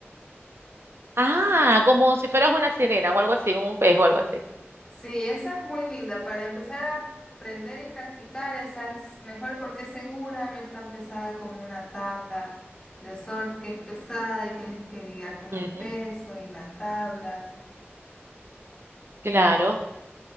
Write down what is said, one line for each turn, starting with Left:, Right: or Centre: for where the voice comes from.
Right: Ah, como si fueras una sirena o algo así, un pez o algo así.
Left: Sí, esa es muy linda. Para empezar a aprender y practicar, esa es mejor porque es segura, no es tan pesada como una tabla de surf que es pesada y tienes que lidiar con
Right: Ujú,
Left: el peso y la tabla.
Right: claro.